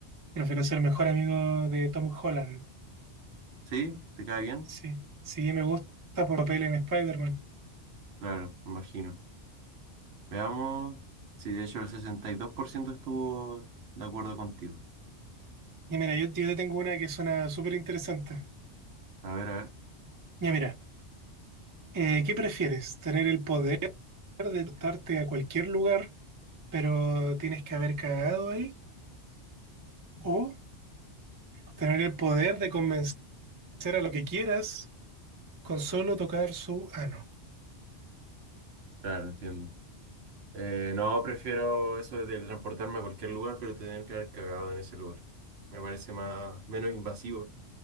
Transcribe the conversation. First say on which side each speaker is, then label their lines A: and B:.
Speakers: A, on the right; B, on the right.
A: Prefiero ser mejor amigo de Tom Holland.
B: ¿Sí? ¿Te cae bien?
A: Sí, sí, me gusta por papel en Spider-Man.
B: Claro, me imagino. Veamos. Sí, de hecho el 62% estuvo de acuerdo contigo.
A: Y mira, yo, yo te tengo una que suena súper interesante.
B: A ver, a ver.
A: Ya mira, eh, ¿qué prefieres? ¿Tener el poder de darte a cualquier lugar, pero tienes que haber cagado ahí? ¿O tener el poder de convencer a lo que quieras con solo tocar su ano?
B: Claro, entiendo. Eh, no, prefiero eso de transportarme a cualquier lugar, pero tener que haber cagado en ese lugar. Me parece más, menos invasivo